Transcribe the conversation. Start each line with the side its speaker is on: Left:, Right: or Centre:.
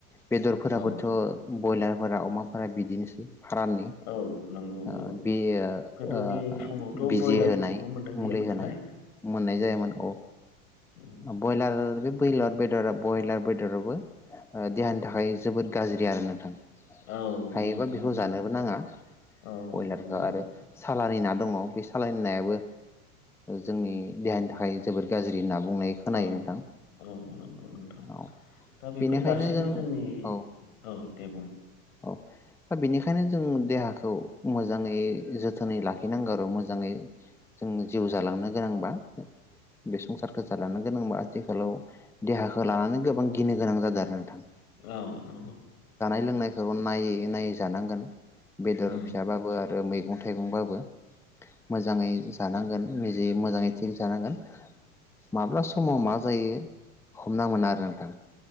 Centre: बेदरफोराबोथ'
Left: औ
Centre: ब्रयलारफोरा अमाफोरा बिदिनोसै फाराननि
Left: औ नंगौ
Centre: ओ
Left: औ
Centre: बे ओ
Left: गोदोनि
Centre: ओ
Left: समावथ'
Centre: बिजि
Left: ब्रयलारफोरखौबो
Centre: होनाय
Left: मोननाय
Centre: मुलि
Left: जायामोन
Centre: होनाय
Left: नालाय
Centre: मोननाय जायामोन औ
Left: उम।
Centre: अ ब्रयलार आरो बे बयलार बेदरा ब्रयलार बेदराबो ओ देहानि थाखाय जोबोद गाज्रि आरो नोंथां
Left: औ
Centre: हायोबा
Left: नंगौ
Centre: बेखौ
Left: नोंथां
Centre: जानोबो नाङा
Left: औ
Centre: बयलारखौ
Left: नंगौ
Centre: आरो सालारि ना दङ बे सालारि नायाबो जोंनि देहानि थाखाय जोबोर गाज्रि ना बुंनाय खोनायो
Left: औ
Centre: नोंथां
Left: औ नंगौ नोंथां
Centre: औ
Left: दा बेफोर
Centre: बेनिखायनो
Left: गासैबो
Centre: जों
Left: जोंनि
Centre: औ
Left: औ दे बुं
Centre: औ दा बेनि खायनो जों देहाखौ मोजाङै जोथोनै लाखिनांगौ आरो मोजाङै जों जिउ जालांनो गोनांबा बे संसारखौ जालांनो गोनांबा आथिखालाव देहाखौ लानानै गोबां गिनो गोनां जादों आरो नोंथां
Left: औ नंगौ
Centre: लोंनाय खौ नायै नायै जानांगोन बेदर
Left: उम
Centre: फिसाबाबो आर रो मैगं थाइगंबाबो मोजाङै जानांगोन निजे मोजाङै थिग जानांगोन माब्ला समाव मा जायो हमना मोना आरो नोंथां